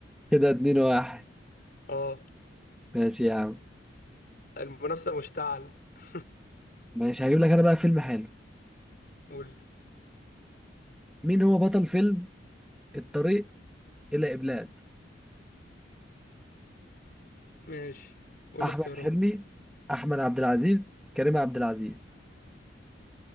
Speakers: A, in the centre; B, on the left.
A: كده اتنين واحد
B: اه
A: ماشي يا عم
B: المنافسة مشتعلة <laughs>
A: ماشي هجيب لك انا بقى فيلم حلو
B: قول لي
A: مين هو بطل فيلم الطريق الى ابلاد
B: ماشي قول
A: احمد
B: لي اختيارات
A: حلمي احمد عبد العزيز كريم عبد العزيز